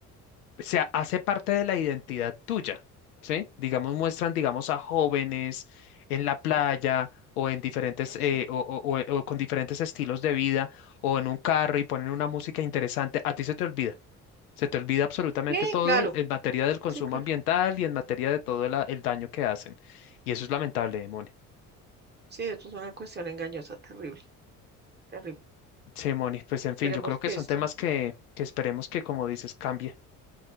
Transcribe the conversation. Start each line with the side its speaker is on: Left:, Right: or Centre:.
Left: se ha- hace parte de la identidad tuya, ¿sí? Digamos, muestran, digamos, a jóvenes en la playa o en diferentes,
Right: Así.
Left: eh, o, o- o- o con diferentes estilos de vida o en un carro y ponen una música interesante, a ti se te olvida. Se te olvida absolutamente
Right: Sí,
Left: todo
Right: claro,
Left: en materia del consumo
Right: sí, claro.
Left: ambiental y en materia de todo la- el daño que hacen. Y eso es lamentable, Moni.
Right: Sí, esto es una cuestión engañosa, terrible, terrible.
Left: Sí, Moni, pues en
Right: Esperemos
Left: fin, yo creo que
Right: que
Left: son
Right: esto
Left: temas que, que esperemos que, como dices, cambie.